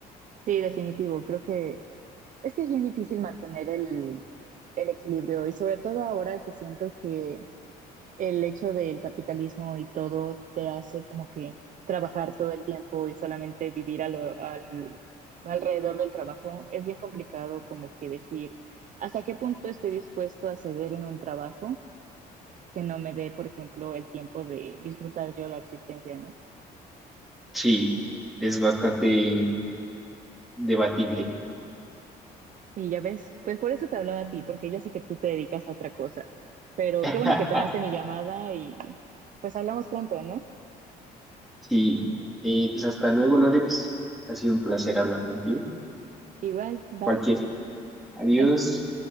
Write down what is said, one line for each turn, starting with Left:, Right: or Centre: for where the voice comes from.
Right: Sí, definitivo. Creo que es que es bien difícil mantener el, el equilibrio y sobre todo ahora que siento que el hecho del capitalismo y todo te hace como que trabajar todo el tiempo y solamente vivir a lo- al, alrededor del trabajo, es bien complicado como que decir hasta qué punto estoy dispuesto a ceder en un trabajo que no me dé, por ejemplo, el tiempo de disfrutar yo la existencia, ¿no?
Centre: Sí, es bastante debatible.
Right: Y ya ves, pues por eso te hablaba a ti, porque yo sé que tú te dedicas a otra cosa, pero
Centre: <laughs>
Right: qué bueno que tomaste mi llamada y pues hablamos pronto, ¿no?
Centre: Sí, eh, pues hasta luego, Lore, pues ha sido un placer hablar contigo.
Right: Igual, bye.
Centre: Cualquier. Adiós.
Right: Ay.